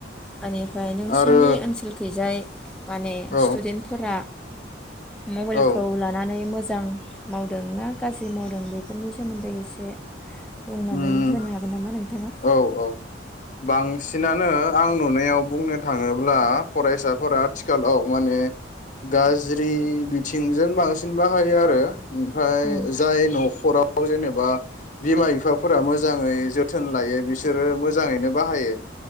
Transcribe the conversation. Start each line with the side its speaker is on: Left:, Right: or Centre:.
Centre: बेनिफ्राय नोंसिनि
Left: आरो
Centre: ओनसोलखैजाय माने
Left: औ
Centre: स्टुदेन्टफोरा मबाइलखौ
Left: औ
Centre: लानानै मोज जां मावदों ना गाज्रि मावदों बेफोरनि सोमोन्दै एसे बुंनानै
Left: उम
Centre: होनो हागोन नामा नोंथाङा
Left: औ औ बांसिनानो आं नुनायाव बुंनो थाङोब्ला फरायसाफोरा आथिखालाव माने गाज्रि बिथिंजों बांसिन बाहायो आरो। ओमफ्राय
Centre: औ
Left: जाय नखराव जेनेबा बिमा फोरा मोजाङै जोथोन लायो बिसोरो मोजाङैनो बाहायो